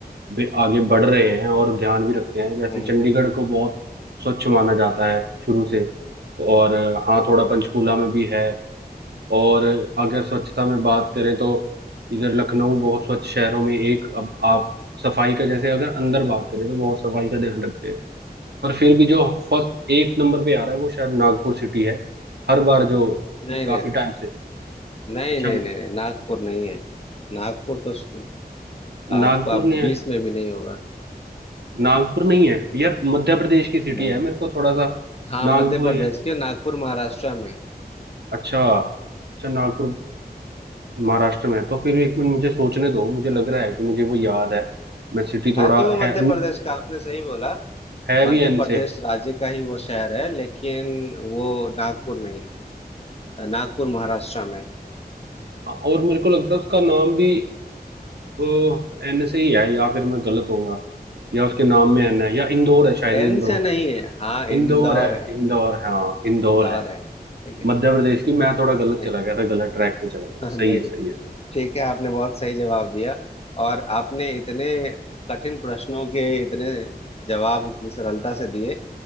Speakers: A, on the right; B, on the left.
A: भी आगे बढ़ रहे हैं और ध्यान भी रखते हैं जैसे
B: हम्म
A: चंडीगढ़ को बहुत स्वच्छ माना जाता है शुरू से और हाँ थोड़ा
B: हम्म,
A: पंचकूला
B: हम्म,
A: में भी है और अगर स्वच्छता में बात करें तो इधर लखनऊ बहुत स्वच्छ शहरों में एक अब आप सफाई का जैसे अगर अंदर बात करें तो बहुत सफाई का ध्यान रखते हैं पर फिर भी जो फर्स्ट एक नंबर पे आ रहा है वो शायद नागपुर सिटी है हर बार जो
B: नहीं
A: काफी
B: नहीं नहीं
A: टाइम से
B: नहीं
A: अच्छा
B: नहीं नहीं नहीं नागपुर नहीं है नागपुर तो स- आपका
A: नागपुर ने
B: बीस में भी नहीं होगा
A: नागपुर नहीं है यार मध्य प्रदेश की सिटी
B: नहीं
A: है
B: नहीं
A: मेरे को थोड़ा सा
B: हाँ
A: नागपुर
B: मध्य प्रदेश
A: ही है
B: के नागपुर महाराष्ट्र में
A: अच्छा अच्छा नागपुर महाराष्ट्र में है तो फिर एक मिनट मुझे सोचने दो मुझे लग रहा है कि मुझे वो याद है मैं सिटी थोड़ा
B: है तो वो
A: है
B: मध्य प्रदेश का आपने सही बोला
A: है भी
B: मध्य
A: एन से
B: प्रदेश राज्य का ही वो शहर है लेकिन वो नागपुर नहीं नागपुर महाराष्ट्र में
A: और मेरे को लगता है उसका नाम भी एन से ही है या फिर मैं गलत होऊंगा या उसके नाम में एन है या इंदौर है शायद
B: एन
A: इंदौर
B: से नहीं है हाँ
A: इंदौर
B: इंदौर
A: है
B: है
A: इंदौर हाँ इंदौर
B: इंदौर
A: है
B: है ठीक है
A: मध्य प्रदेश की मैं थोड़ा
B: आपने
A: गलत चला गया था गलत ट्रैक पे चला
B: <laughs>
A: गया
B: नहीं
A: था सही है
B: नहीं
A: सही है
B: ठीक है आपने बहुत सही जवाब दिया और आपने इतने कठिन प्रश्नों के इतने जवाब इतनी सरलता से दिए